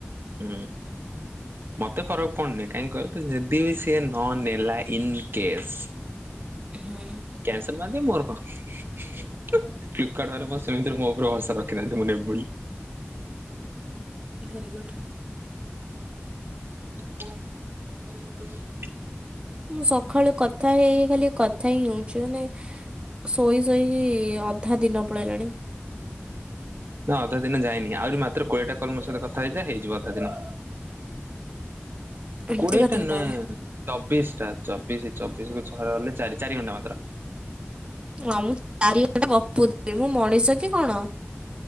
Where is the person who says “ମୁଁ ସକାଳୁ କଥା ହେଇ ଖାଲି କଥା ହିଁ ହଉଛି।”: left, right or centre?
Right